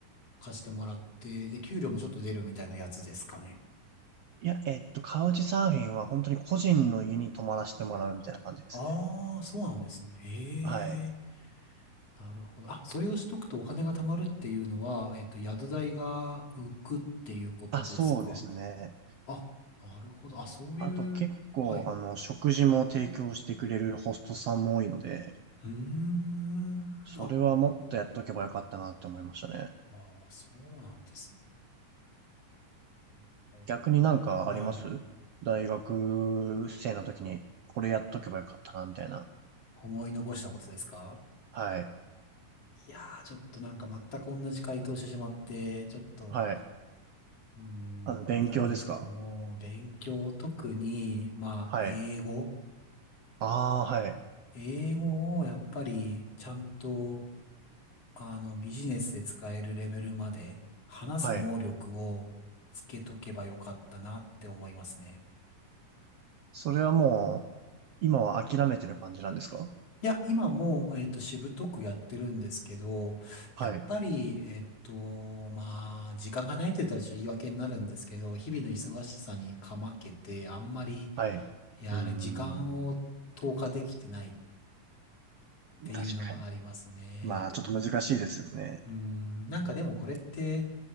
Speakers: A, on the left (about 45°); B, on the right (about 65°).
A: 貸してもらって、で、給料もちょっと出るみたいなやつですかね。
B: いや、えっと、カウチサーフィンは本当に個人の家に泊まらせてもらうみたいな感じですね。
A: ああ、そうなんですね。へえ、
B: はい。
A: なるほど。あ、それをしとくとお金が貯まるっていうのは、えっと、宿代が浮くっていうことですか
B: あ、そうですね。
A: あ、なるほど。あ、そういう、
B: あと結構、
A: はい。
B: あの、食事も提供してくれるホストさんも多いので、
A: うーん、
B: それはもっとやっとけばよかったなって思いましたね。
A: あ、あー、そうなんですね。なるほど。
B: 逆になんかあります大学生の時にこれやっとけばよかったな、
A: はい。
B: みたいな。
A: 思い残したことですか
B: はい。
A: いやー、ちょっとなんか全く同じ回答してしまって、ちょっと、
B: はい。
A: うーん、
B: あの、勉強ですか
A: あれなんですけども、勉強、特に、まあ、
B: はい。
A: 英語。
B: ああ、はい。
A: 英語をやっぱり、ちゃんと、あの、ビジネスで使えるレベルまで、話す能力をつけとけばよかったなって思いますね。
B: はい。それはもう、今は諦めてる感じなんですか
A: いや、今もう、えっと、しぶとくやってるんですけど、
B: はい。
A: やっぱり、えっと、まあ、時間がないって言ったらちょっと言い訳になるんですけど、日々の忙しさにかまけて、あんまり、
B: はい。うーん。
A: やれ、時間を投下できてないっていうのがありますね。
B: 確かに。まあ、ちょっと難しいですよね。
A: うーん、なんかでもこれって、